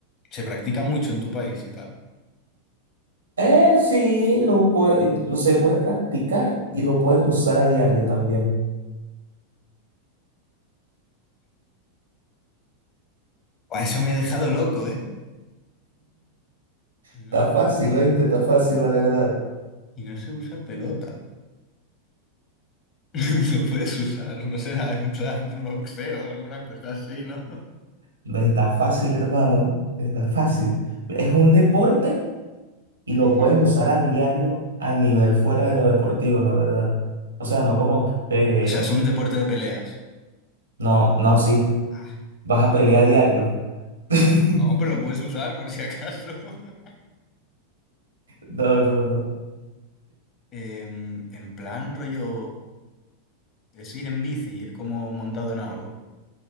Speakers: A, on the left; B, on the right.
A: se practica mucho en tu país y tal.
B: Eh, sí, lo, puede- lo se puede practicar y lo puedes usar a diario también.
A: Buah, Eso me ha dejado loco, ¿eh? Y no
B: Está
A: se usa,
B: fácil,
A: pe-
B: ¿oíste? Está fácil, la verdad.
A: y no se usa pelota. <laughs> Lo puedes usar, no será en plan boxeo o alguna cosa así, ¿no?
B: No está fácil, hermano. Está fácil. Es un deporte y lo
A: Ujú.
B: puedes usar a diario a nivel fuera de lo deportivo, la verdad. O sea, no como que...
A: O sea, es un deporte de peleas.
B: No, no, sí.
A: Ah,
B: Vas
A: Vale.
B: a pelear a diario. <laughs>
A: No, pero lo puedes usar por si acaso. <laughs>
B: No, no, no.
A: Em, en plan rollo... Es ir en bici, ir como montado en algo.